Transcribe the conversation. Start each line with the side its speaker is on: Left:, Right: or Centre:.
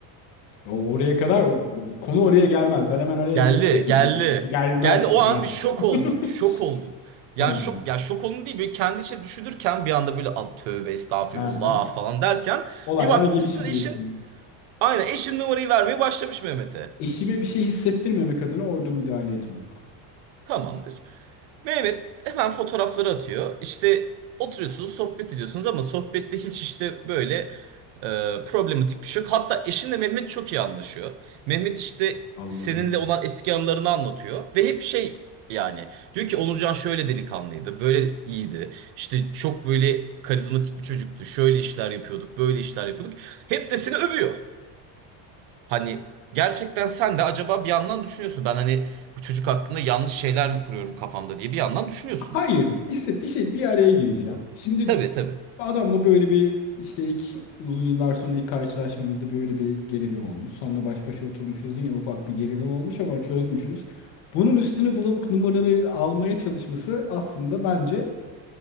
Left: O oraya kadar bu- konu oraya gelmez. Ben hemen araya
Right: Geldi,
Left: giremedim
Right: geldi.
Left: ki. Ya, gelmez
Right: Geldi o
Left: kral.
Right: an bir şok
Left: <laughs>
Right: oldun. Şok oldun. Yani
Left: He,
Right: şok ya şok olun değil böyle kendi içine düşünürken bir anda böyle al tövbe estağfirullah
Left: he.
Right: falan derken
Left: Olaylar
Right: bir bakmışsın
Left: gelişti
Right: eşin
Left: diyorsun.
Right: aynen eşin numarayı vermeye başlamış Mehmet'e.
Left: Eşime bir şey hissettirmemek adına orada müdahale etmem.
Right: Tamamdır. Mehmet hemen fotoğrafları atıyor. İşte oturuyorsunuz, sohbet ediyorsunuz ama sohbette hiç işte böyle e, problematik bir şey yok. Hatta eşinle Mehmet çok iyi anlaşıyor. Mehmet işte
Left: Allah'ım.
Right: seninle olan eski anılarını anlatıyor ve hep şey yani diyor ki Onurcan şöyle delikanlıydı, böyle iyiydi. İşte çok böyle karizmatik bir çocuktu. Şöyle işler yapıyorduk, böyle işler yapıyorduk. Hep de seni övüyor. Hani gerçekten sen de acaba bir yandan düşünüyorsun. Ben hani bu çocuk hakkında yanlış şeyler mi kuruyorum kafamda diye bir yandan düşünüyorsun.
Left: Hayır, bir, se- bir şey bir araya gireceğim. Şimdi
Right: Tabii tabii.
Left: Adamla böyle bir işte ilk uzun yıllar sonra ilk karşılaşmamızda böyle bir gerilim olmuş. Sonra baş başa oturmuşuz yine ufak bir gerilim olmuş ama çözmüşüz. Bunun üstüne bulavuk numaranı almaya çalışması aslında bence